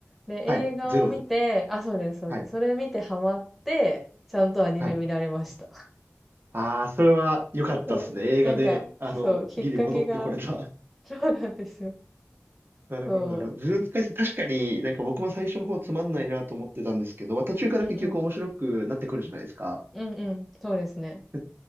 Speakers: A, in the centre; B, on the right (about 45°).
A: で、
B: はいゼロです。
A: 映画を見て、あ、そうです、そうです。
B: はい。
A: それ見てハマって、ちゃんとアニメ見られました。
B: はい。ああ、それは良かったですね。
A: そう。
B: 映画で、
A: なんか、
B: あの、
A: そう、きっかけが
B: ギリ戻ってこれた。
A: <laughs> そうなんですよ。うん。
B: <laughs> なるほど、
A: そ
B: なるほど。ズーム使確かになんか僕も最初の方つまんないなと思ってたんですけど、まあ、途中から結局面白くなってくるじゃないですか。
A: う。<laughs> うんうん。うんうん。そうですね。
B: で